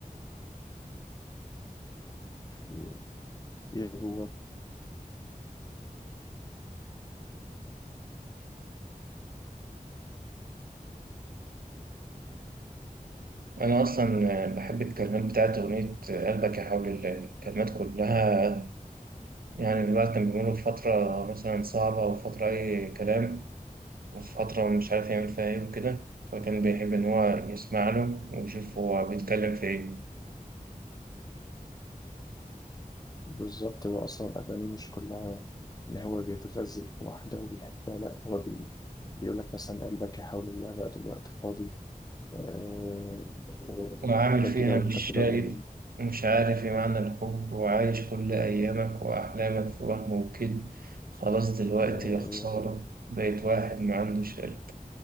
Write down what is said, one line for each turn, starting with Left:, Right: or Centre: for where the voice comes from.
Left: ي- يلعب هو
Right: أنا أصلا بحب الكلمات بتاعت أغنية قلبك يا حول الله الكلمات كلها يعني الواحد كان بيمر بفترة مثلا صعبة أو فترة أي كلام في فترة مش عارف يعمل فيها إيه وكده فكان بيحب إن هو يسمع له ويشوف هو بيتكلم في إيه
Left: بالظبط هو اصلا اغانيه مش كلها ان هو بيتغزل في واحده وبيحبها لا هو بي... بيقول لك مثلا قلبك يحاول الله بقى دلوقتي فاضي آه،
Right: وعامل
Left: حاجه
Right: فيها
Left: كده وانت
Right: مش
Left: كده
Right: شايف
Left: ضروري
Right: مش عارف إيه معنى الحب وعايش كل أيامك وأحلامك في وهم وكد خلاص دلوقتي
Left: آه،
Right: يا خسارة بقيت واحد ما عندوش قلب